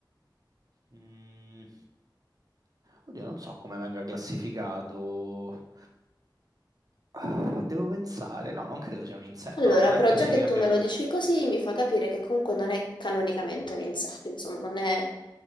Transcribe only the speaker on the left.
Allora,
però
già che tu me
lo dici così, mi fa capire che comunque non è canonicamente un insetto, insomma, non è